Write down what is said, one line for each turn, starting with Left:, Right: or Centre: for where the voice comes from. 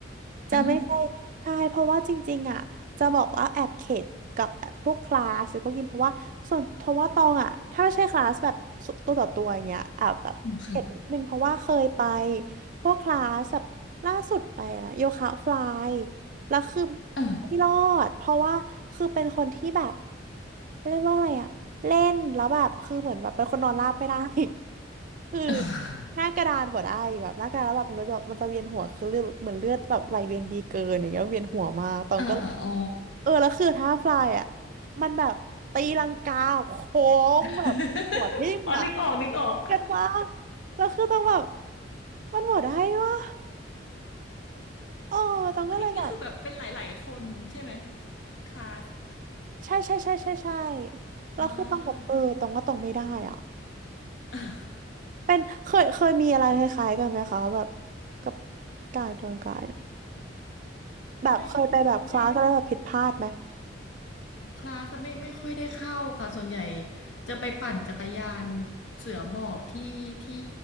Right: จะไม่ใช่ใช่เพราะว่าจริงๆอ่ะจะบอกว่าแอบเข็ดกับแบบพวกคลาสหรือพวกยิมเพราะว่าส่วนเพราะว่าตองอ่ะถ้าไม่ใช่คลาสแบบสุตัวต่อตัวอย่างเงี้ยแอบแบบเข็ดนิดนึงเพราะว่าเคยไป
Left: อ่าอืมค่ะ
Right: พวกคลาสแบบล่าสุดไปนะโยคะฟลายแล้วคือ
Left: เออ
Right: ไม่รอดเพราะว่าคือเป็นคนที่แบบเรียกว่าอะไรอะเล่นแล้วแบบคือเหมือนแบบเป็นคนนอนราบไม่ได้ <laughs> คือ
Left: <laughs>
Right: หน้ากระดานบ่ได้แบบหน้ากระดานแล้วแบบมันจะมันจะเวียนหัวคือเลือดเหมือนเลือดแบบไหลเวียนดีเกินอย่างเงี้ยเวียนหัวมากตองก็เลย
Left: เออเอออ๋อ
Right: เออแล้วคือท่าฟลายอะมันแบบตีลังกาโค้งแบบหัวทิ่มอะ
Left: <laughs> อ๋อนึกออกนึกออก
Right: เก็ตปะแล้วคือต้องแบบมันหมดได้ปะเออตองก็เลยแบบ
Left: อันนี้ก็คือแบบเป็นหลายๆคนใช่ไหมคลาส
Right: ใช่ใช่ใช่ใช่ใช่แล้วคือต้องแบบเออตรงว่าตรงไม่ได้อ่ะ
Left: อ่า <laughs>
Right: เป็นเคยเคยมีอะไรคล้ายๆกันไหมคะแบบกับการเตรียมกายเนี่ยแบบเคยไปแบบคลาสแล้วแบบผิดพลาดไหม
Left: ไม่ไม่ คลาสไม่ไม่ค่อยได้เข้าค่ะส่วนใหญ่จะไปปั่นจักรยานเสือหมอบที่ที่